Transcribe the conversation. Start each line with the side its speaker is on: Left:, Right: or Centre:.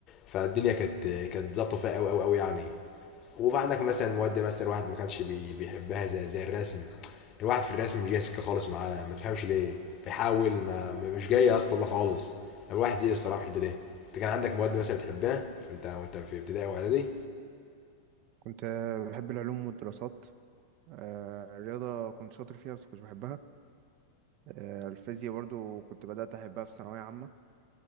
Left: فالدنيا كانت كانت ظابطه فيها قوي قوي قوي يعني وفي عندك مثلا مواد مثلا الواحد ما كانش بي بيحبها زي, زي الرسم الواحد في الرسم مش جاي سكه خالص معاه ما تفهمش ليه بيحاول ما ما- مش جاي يا اسطى والله خالص الواحد زي الصراحه في الحته دي انت كان عندك مواد مثلا بتحبها وانت وانت في ابتدائي واعدادي
Right: كنت آه، بحب العلوم والدراسات آه، الرياضة كنت شاطر فيها بس كنتش بحبها آه، الفيزياء برضو كنت بدأت أحبها في ثانوية عامة